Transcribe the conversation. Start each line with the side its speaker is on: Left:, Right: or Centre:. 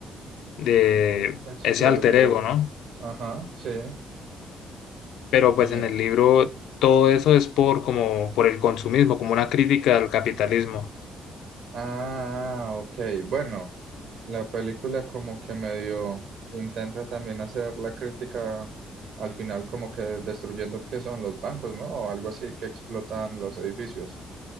Left: de
Right: explo-
Left: ese alter
Right: eh,
Left: ego, ¿no?
Right: ajá, sí.
Left: Pero
Right: Y,
Left: pues en
Right: eh,
Left: el libro todo eso es por como, por el consumismo, como una crítica al capitalismo.
Right: ah, ok. Bueno, la película como que medio intenta también hacer la crítica al final como que destruyendo qué son los bancos, ¿no? O algo así que explotan los edificios.